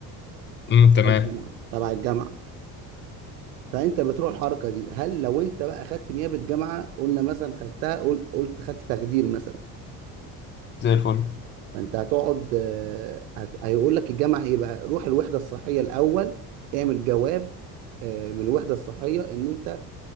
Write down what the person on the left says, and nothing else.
امم
تمام
زي الفل